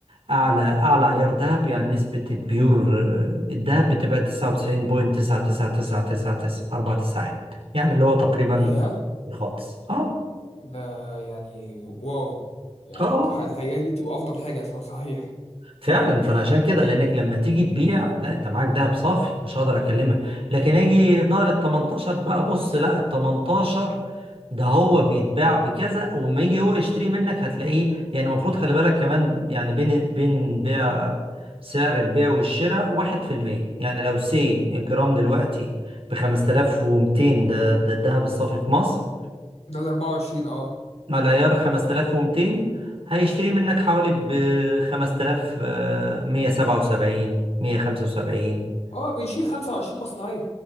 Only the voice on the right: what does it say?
اعلى اعلى عيار ذهب يعني نسبة البيور آه، الذهب بتبقى 99.99999 اربع تساعات يعني اللي هو تقريبا
خالص اه
اه آه.
فعلا فانا عشان كده لانك لما تيجي تبيع لا انت معاك دهب صافي مش هقدر اكلمك لكن اجي دار ال 18 بقى بص لا ال 18 ده هو بيتباع بكذا وما يجي هو يشتري منك هتلاقيه يعني المفروض خلي بالك كمان يعني بين بين بيع سعر البيع والشراء 1% يعني لو سي الجرام دلوقتي ب 5200 ده ده الذهب الصافي في مصر
على عيار 5200 هيشتري منك حوالي ب 5177 175